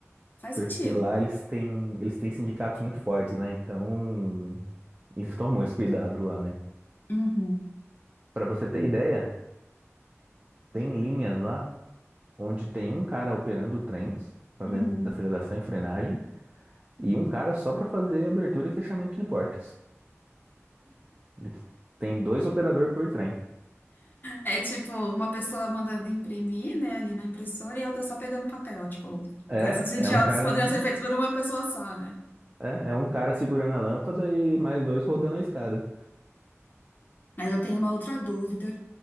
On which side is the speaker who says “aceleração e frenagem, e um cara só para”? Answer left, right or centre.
Right